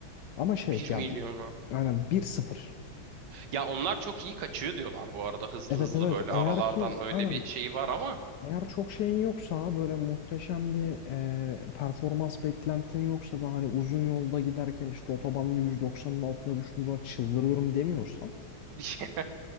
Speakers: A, on the left; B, on the right.
A: Ama şey
B: Bir
A: ya
B: milyonu.
A: aynen bir sıfır.
B: Ya onlar çok iyi kaçıyor diyorlar bu arada. Hızlı
A: Evet
B: hızlı
A: evet
B: böyle
A: eğer
B: aralardan
A: ki
B: öyle
A: aynen
B: bir şey var ama.
A: eğer çok şeyin yoksa böyle muhteşem bir e, performans beklentin yoksa ve hani uzun yolda giderken işte otobanda 190'ın altına düştüğüm zaman çıldırıyorum demiyorsan
B: <laughs>